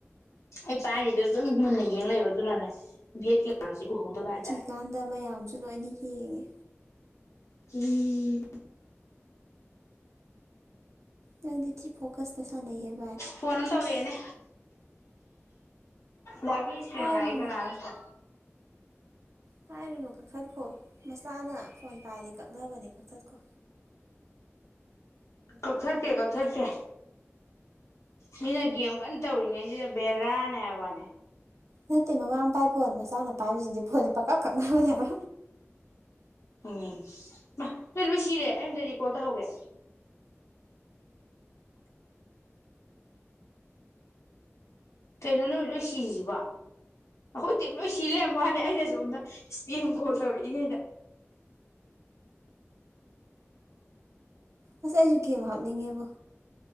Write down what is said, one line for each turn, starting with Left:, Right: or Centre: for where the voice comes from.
Left: ꯑꯩ ꯄꯥꯏꯔꯤꯗꯨ ꯑꯗꯨꯝ ꯃꯨꯟꯅ ꯌꯦꯡꯂꯡꯛꯑꯕ ꯑꯗꯨꯅꯅꯦ ꯚꯦꯠ ꯀꯩꯀꯥꯁ ꯎꯍꯧꯗꯕ ꯍꯥꯏ
Right: ꯖꯤ ꯀꯥꯟꯗ ꯃꯌꯥꯝꯁꯨ ꯂꯣꯏꯅ ꯌꯦꯡꯉꯦ
Left: ꯎꯝ
Right: ꯑꯣꯗꯤꯠꯇꯤ ꯐꯣꯀ꯭ꯁꯇ ꯁꯅꯩ ꯍ‌ꯦ
Left: ꯐꯣꯟ ꯑꯃ ꯇꯧꯔꯛꯑꯦꯅꯦ ꯂꯥꯛꯁ
Right: ꯄꯥꯏꯔꯨꯅꯨ
Left: ꯃꯥꯌꯦꯛꯒꯅꯁ
Right: ꯄꯥꯏꯔꯤꯅꯨ ꯀꯛꯊꯠꯈꯣ ꯃꯆꯥꯅ ꯐꯣꯟ ꯇꯥꯗꯤ ꯀꯛꯅꯕꯅꯦ ꯀꯛꯊꯠꯈꯣ
Left: ꯀꯛꯊꯠꯇ‌ꯦ ꯀꯛꯊꯠꯇ‌ꯦ ꯃꯤꯅ ꯒꯦꯝ ꯀꯟꯅ ꯇꯧꯔꯤꯉꯩꯁꯤꯗ ꯕꯦꯔꯥꯅꯦ ꯍꯥꯏꯕ ꯋꯥꯅꯦ
Right: ꯅꯠꯇꯦ ꯃꯃꯥ ꯃꯄꯥꯥꯏ ꯐꯣꯟ ꯃꯆꯥꯅ ꯄꯥꯏꯕꯁꯤꯡꯁꯦ ꯐꯣꯟꯁꯦ ꯄꯪꯀꯛ ꯀꯛꯅꯕꯅꯦꯕ
Left: ꯎꯝ ꯅꯣꯏ ꯂꯣꯏꯁꯤꯔꯦ ꯑꯩ ꯑꯝꯇ ꯔꯤꯀꯣꯜ ꯇꯧꯍꯧꯒꯦ ꯀꯩꯅꯣ ꯅꯣꯏ ꯂꯣꯏ ꯁꯤꯁꯤꯕꯨ ꯑꯩꯈꯣꯏ ꯇꯤꯝ ꯂꯣꯏ ꯁꯤ ꯂꯩꯔꯝ ꯃꯥꯅꯦ ꯑꯩꯅ ꯁꯣꯝꯗ ꯏꯁꯄꯥꯝ ꯑꯃ ꯀꯣꯜ ꯇꯧꯔꯛꯏꯉꯩꯗ
Right: ꯑꯁ ꯑꯩꯁꯨ ꯒ‌ꯦꯝ ꯍꯥꯞꯅꯤꯡꯉꯦꯕꯣ